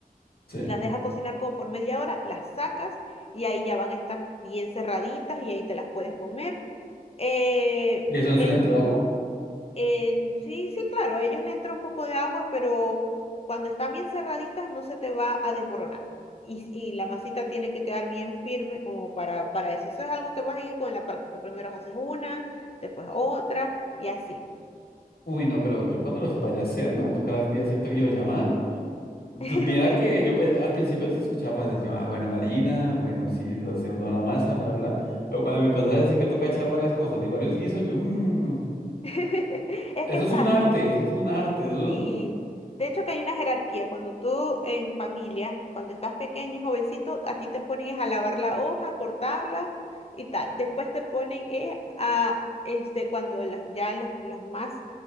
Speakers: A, on the left (about 80°); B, on the left (about 40°).
A: Sí.
B: Las dejas cocinar como por media hora, las sacas y ahí ya van a estar bien cerraditas y ahí te las puedes comer. Eh,
A: ¿Y eso no
B: el-
A: se le entra el agua?
B: en- sí, sí, claro, ellos le entra un poco de agua, pero cuando están bien cerraditas no se te va a desboronar. Y, y la masita tiene que quedar bien firme como para, para eso. Eso es algo que vas a ir con la práctica. Primero haces una, después otra y así.
A: Uy, no, pero yo cuando los vaya a hacer, me va a tocar a ti hacerte videollamada.
B: <laughs>
A: Tú- Mira
B: Sí.
A: que yo pe- al principio se escuchaba fácil, yo, ah, bueno, harina, bueno, sí, hace una la masa, bla, bla, bla. Pero cuando me empezaba a decir que toca echar varias cosas y varios guisos, yo, mmm,
B: <laughs> Es
A: eso
B: que está,
A: es un arte, eso es un arte, eso,
B: Sí, de hecho que hay una jerarquía. Cuando tú en familia, cuando estás pequeño y jovencito, a ti te ponen a lavar la hoja, cortarla y tal. Después te ponen eh, a, este, cuando los, ya los, los más,